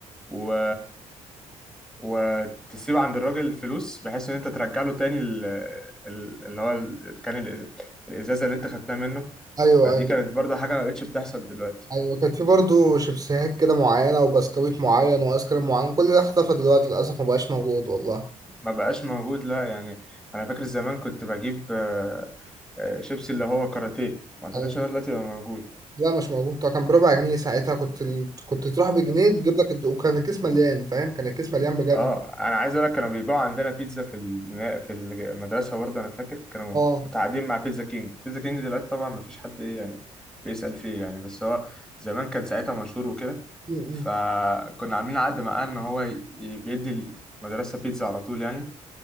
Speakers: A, in the centre; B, on the right.
A: و... وتسيب عند الراجل الفلوس بحيث ان انت ترجع له تاني ال... ال- اللي هو ال... كان الإز... الازازه اللي انت خدتها منه
B: ايوه
A: فدي
B: ايوه
A: كانت برضو حاجه ما بقتش بتحصل دلوقتي
B: ايوه كان في برضه شيبسيهات كده معينه وبسكويت معين وايس كريم معين كل ده اختفى دلوقتي للاسف مبقاش موجود والله
A: ما بقاش موجود لا يعني انا فاكر زمان كنت بجيب آه، آه، شيبسي اللي هو كاراتيه ما اعتقدش
B: ايوه
A: ان هو دلوقتي بقى موجود
B: لا مش موجود طبعا كان بربع جنيه ساعتها كنت ال... كنت تروح بجنيه تجيب لك الد- وكان الكيس مليان فاهم كان الكيس مليان بجد
A: اه انا عايز اقول لك كانوا بيبيعوا عندنا بيتزا في النا- في المدرسه برضه انا فاكر كانوا
B: اه
A: متعاقدين مع بيتزا كينج بيتزا كينج دلوقتي طبعا ما فيش حد ايه يعني بيسأل فيه يعني بس هو زمان كان ساعتها مشهور وكده
B: م- م-
A: فكنا عاملين عقد معاه ان هو ي- بيدي المدرسه بيتزا على طول يعني